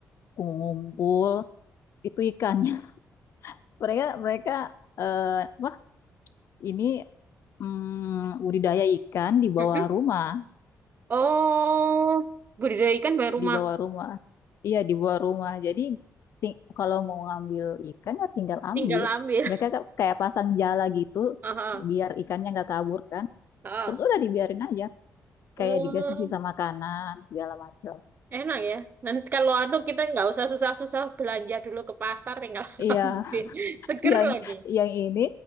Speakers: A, on the left; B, on the right.
A: ngumpul, itu ikannya. <laughs> Mereka mereka eh, wah ini mm, budidaya ikan di bawah
B: Hmm.
A: rumah.
B: Oh, budidaya ikan baru rumah.
A: di bawah rumah. Iya, di bawah rumah. Jadi ting- kalau mau ngambil ikan ya tinggal ambil.
B: Tinggal ambil.
A: Mereka ka- kayak pasang jala gitu
B: <laughs> Oh, oh,
A: biar ikannya nggak kabur kan.
B: oh.
A: Terus udah dibiarin aja
B: Oh,
A: kayak dikasih sisa makanan segala macam.
B: enak ya. Nanti kalau anu kita nggak usah susah-susah belanja dulu ke pasar, tinggal <laughs>
A: Iya,
B: ambil.
A: <laughs>
B: Seger
A: yang
B: lagi.
A: yang ini